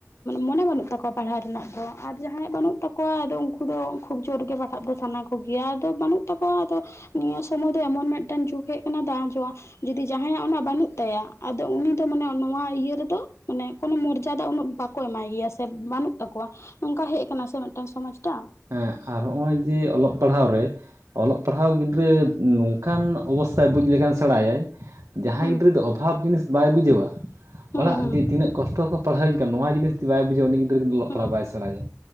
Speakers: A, on the left; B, on the right.
A: ᱢᱚᱱᱮ ᱵᱟᱹᱱᱩᱜ ᱛᱟᱠᱚᱣᱟ ᱯᱟᱲᱦᱟᱣ ᱨᱮᱱᱟᱜ ᱫᱚ ᱟᱨ ᱡᱟᱦᱟᱸᱭᱟᱜ ᱵᱟᱹᱱᱩᱜ ᱛᱟᱠᱚᱣᱟ ᱟᱫᱚ ᱩᱝᱠᱩ ᱫᱚ ᱠᱷᱩᱵ ᱡᱳᱨᱜᱮ ᱯᱟᱲᱦᱟᱜ ᱫᱚ ᱥᱟᱱᱟ ᱠᱚᱜᱮᱭᱟ ᱟᱫᱚ ᱵᱟᱹᱱᱩᱜ ᱛᱟᱠᱚᱣᱟ ᱟᱫᱚ ᱱᱚᱭᱟ ᱥᱚᱢᱚᱭ ᱫᱚ ᱮᱢᱚᱱ ᱢᱤᱫᱴᱟᱹᱱ ᱡᱩᱜ ᱦᱮᱜ ᱠᱟᱱᱟ ᱫᱟᱸ ᱡᱚᱸ ᱡᱩᱫᱤ ᱡᱟᱦᱟᱸᱭᱟᱜ ᱚᱱᱟ ᱵᱟᱹᱱᱩᱜ ᱛᱟᱭᱟ ᱟᱫᱚ ᱩᱱᱤ ᱫᱚ ᱢᱟᱱᱮ ᱱᱚᱣᱟ ᱤᱭᱟᱹ ᱨᱮᱫᱚ ᱢᱟᱱᱮ ᱠᱳᱱᱳ ᱢᱚᱨᱡᱟᱫᱟ ᱩᱱᱟᱹᱜ ᱵᱟ ᱠᱚ ᱮᱢᱟᱭ ᱜᱮᱭᱟ ᱥᱮ ᱵᱟᱹᱱᱩᱜ ᱛᱟᱠᱚᱣᱟ ᱱᱚᱝᱠᱟ ᱦᱮᱡ ᱠᱟᱱᱟ ᱥᱮ ᱢᱤᱫᱴᱟᱝ ᱥᱚᱢᱟᱡᱽ ᱴᱟ?
B: ᱦᱮᱸ ᱟᱨ ᱦᱚᱸᱜ-ᱚᱭ ᱡᱮ ᱚᱞᱚᱜ ᱯᱟᱲᱦᱟᱣ ᱨᱮ ᱚᱞᱚᱜ ᱯᱟᱲᱦᱟᱣ ᱜᱤᱫᱽᱨᱟᱹ ᱱᱚᱝᱠᱟᱱ ᱚᱵᱚᱥᱛᱟᱭ ᱵᱩᱡᱽ ᱞᱮᱠᱷᱟᱱ ᱥᱮᱬᱟᱭᱟᱭ, ᱡᱟᱦᱟᱸᱭ
A: ᱦᱩᱸ
B: ᱜᱤᱫᱽᱨᱟᱹ ᱫᱚ ᱚᱵᱷᱟᱵᱽ ᱡᱤᱱᱤᱥ ᱵᱟᱭ ᱵᱩᱡᱷᱟᱹᱣᱟ
A: ᱦᱩᱸ
B: ᱚᱲᱟᱜ
A: ᱦᱩᱸ
B: ᱨᱮᱫᱚ ᱛᱤᱱᱟᱹᱜ ᱠᱚᱥᱴᱚ ᱠᱚ ᱯᱟᱲᱦᱟᱣᱟᱹᱧ ᱠᱟᱱᱟ ᱱᱚᱣᱟ ᱡᱤᱱᱤᱥ ᱡᱩᱫᱤ ᱵᱟᱭ ᱵᱩᱡᱷᱟᱹᱣᱟ ᱩᱱᱤ ᱜᱤᱫᱽᱟᱹᱨᱟᱹ ᱫᱚ ᱚᱞᱚᱜ
A: ᱦᱩᱸ
B: ᱯᱟᱲᱦᱟᱜ ᱵᱟᱭ ᱥᱮᱸᱬᱟᱭᱟ